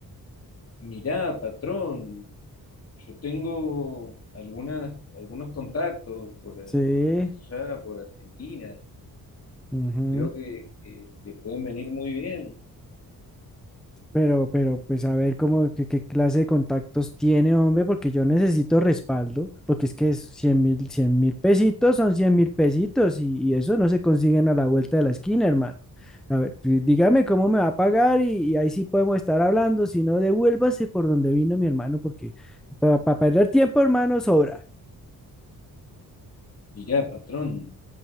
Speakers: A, on the left (about 40°); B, in the centre.
A: Mirá, patrón, yo tengo algunas, algunos contactos por, a-
B: Sí.
A: por allá, por Argentina.
B: ujú.
A: Creo que, que le pueden venir muy bien.
B: Pero, pero, pues a ver cómo, qué, qué clase de contactos tiene, hombre, porque yo necesito respaldo, porque es que es cien mil, 100 mil pesitos son 100 mil pesitos y, y eso no se consiguen a la vuelta de la esquina, hermano. A ver, dí- dígame cómo me va a pagar y, y ahí sí podemos estar hablando, si no, devuélvase por donde vino mi hermano, porque para perder tiempo, hermano, sobra.
A: Mirá, patrón,